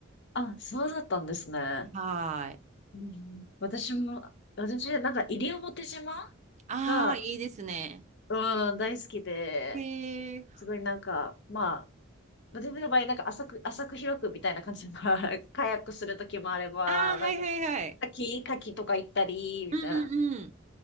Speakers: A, on the left; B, on the right.
A: あ、あ、そうだったんですね。
B: はーい。
A: うん私も、私、なんか、西表島
B: ああ、
A: が、
B: いいですね。
A: うん、大好きで、
B: へえ。
A: すごいなんか、まあ、まあ全然の場合、なんか浅く、浅く広くみたいな感じだから、<laughs> カヤックするときもあれば、
B: ああ、はいはいはい。
A: なんか、滝、滝とか行ったり、みたいな。
B: うんうんうん。